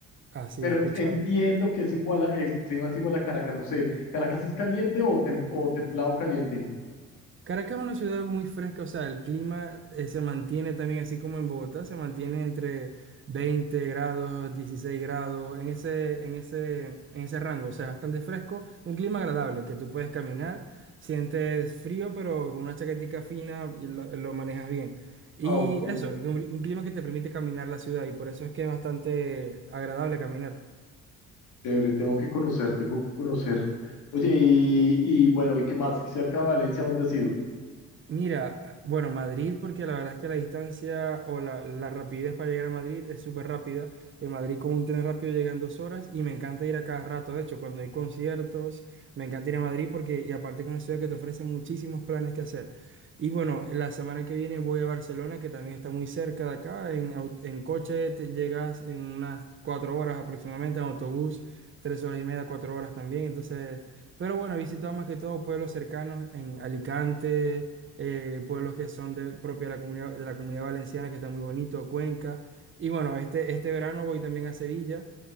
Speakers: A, on the right; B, on the left.
A: así
B: Pero
A: he escuchado.
B: entiendo que es igual, a- el clima es igual a Caracas. No sé, ¿Caracas es caliente o, tem- o templado caliente?
A: Caracas es una ciudad muy fresca, o sea, el clima eh, se mantiene también así como en Bogotá, se mantiene entre 20 grados, 16 grados, en ese, en ese, en ese rango, o sea, bastante fresco, un clima agradable que tú puedes caminar, sientes frío, pero con una chaquetica fina y lo, lo manejas bien. Y
B: Ah, ok,
A: eso, es un, un clima que te permite caminar la ciudad y por eso es que es bastante agradable caminar.
B: chévere, tengo que conocer, tengo que conocer. Oye, y, y bueno, ¿y qué más? ¿Y cerca de Valencia, dónde has ido?
A: Mira, bueno, Madrid, porque la verdad es que la distancia o la, la rapidez para llegar a Madrid es súper rápida. En Madrid con un tren rápido llegan dos horas y me encanta ir a cada rato. De hecho, cuando hay conciertos, me encanta ir a Madrid porque, y aparte con una ciudad que te ofrece muchísimos planes que hacer. Y bueno, la semana que viene voy a Barcelona, que también está muy cerca de acá. En, au- en coche te llegas en unas cuatro horas aproximadamente, en autobús, tres horas y media, cuatro horas también. Entonces, pero bueno, he visitado más que todo pueblos cercanos en Alicante eh, pueblos que son de, propia de la comunidad, de la comunidad valenciana, que está muy bonito, Cuenca. Y bueno, este, este verano voy también a Sevilla,